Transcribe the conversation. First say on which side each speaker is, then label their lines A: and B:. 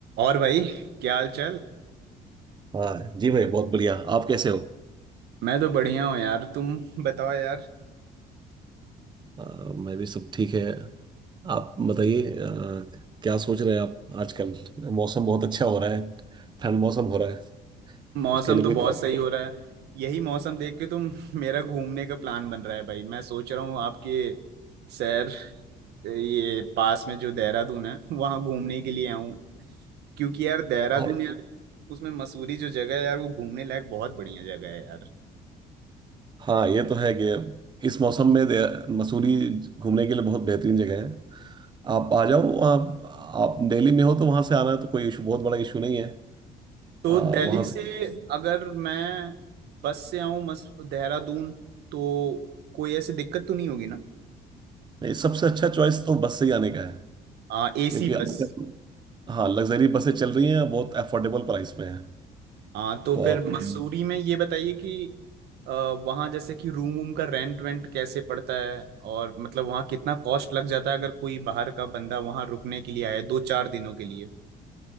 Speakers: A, on the right; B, on the right.
A: और भाई क्या हाल चाल
B: हाँ जी भाई बहुत बढ़िया आप कैसे हो
A: मैं तो बढ़िया हूँ यार तुम बताओ यार
B: अ, मैं भी सब ठीक है आप बताइए अ, क्या सोच रहे हैं आप आजकल मौसम बहुत अच्छा हो रहा है ठंड मौसम हो रहा है
A: मौसम
B: उसके लिए
A: तो
B: कोई
A: बहुत
B: प्रॉब्लम
A: सही हो रहा है यही मौसम देख के तुम मेरा घूमने का प्लान बन रहा है भाई मैं सोच रहा हूँ आपके शहर ये पास में जो देहरादून है वहाँ घूमने के लिए आऊँ क्योंकि यार देहरादून
B: हाँ
A: यार उसमें मसूरी जो जगह है यार वो घूमने लायक बहुत बढ़िया जगह है यार
B: हाँ ये तो है कि इस मौसम में दे- मसूरी घूमने के लिए बहुत बेहतरीन जगह है आप आ जाओ आप आप दिल्ली में हो तो वहाँ से आना तो कोई इशू बहुत बड़ा इशू नहीं है
A: तो
B: अ,
A: दिल्ली
B: वहाँ
A: से
B: से
A: अगर मैं बस से आऊँ मस देहरादून तो कोई ऐसी दिक्कत तो नहीं होगी ना
B: सबसे अच्छा चॉइस तो बस से ही आने का है
A: आ, AC
B: क्योंकि आजकल
A: bus
B: हाँ लग्जरी बसें चल रही हैं बहुत अफोर्डेबल प्राइस में है
A: हाँ तो
B: तो
A: फिर
B: आप
A: हम्म। मसूरी में ये बताइए कि अ, वहाँ जैसे कि रूम वूम का रेंट वेंट कैसे पड़ता है और मतलब वहाँ कितना कॉस्ट लग जाता है अगर कोई बाहर का बंदा वहाँ रुकने के लिए आए दो चार दिनों के लिए